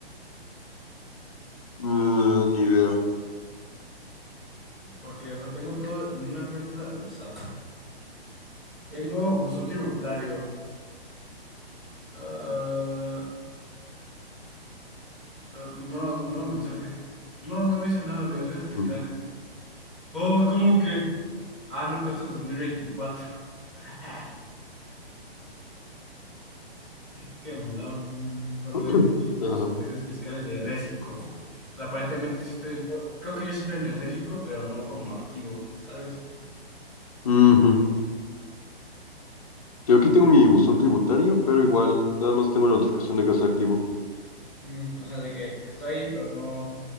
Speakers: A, on the left; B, in the centre.
A: Mm, ni idea.
B: Porque, o sea, tengo todo en una cuenta, a ver, SAT. Tengo buzón tributario. ah, Ah, pues no, no, no, mensaje. Pues no, no me hice nada, obligaciones fiscales.
A: Mm.
B: Oh, ¿cómo que? Ah, no, pues este es 2024. <laughs> Es que me mandaron un correo
A: <clears throat>
B: de
A: Ujú.
B: con
A: Ajá.
B: tus obligaciones fiscales de Résico. O sea, aparentemente sí estoy, creo que yo sí estoy en el Résico, pero no como activo, ¿sabes?
A: Mm, ujú. Yo aquí tengo mi buzón tributario, pero igual, nada más tengo la notificación de que está activo.
B: Mm, o sea, de que estoy, pero no,